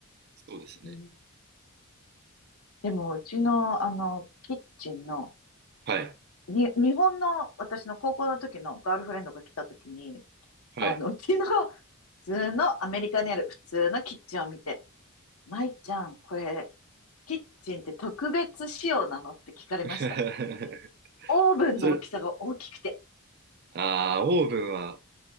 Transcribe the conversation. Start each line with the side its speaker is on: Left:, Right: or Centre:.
Right: そうですね。
Left: うんでも、うちの、あの、キッチンの、
Right: はい。
Left: に、日本の、私の高校の時のガールフレンドが来た時に、
Right: はい。
Left: あの、<laughs> うちの普通のアメリカにある普通のキッチンを見て、舞ちゃん、これ、キッチンって特別仕様なのって聞かれました。
Right: <laughs>
Left: オーブンの大きさが大きくて。
Right: それ、ああ、オーブンは、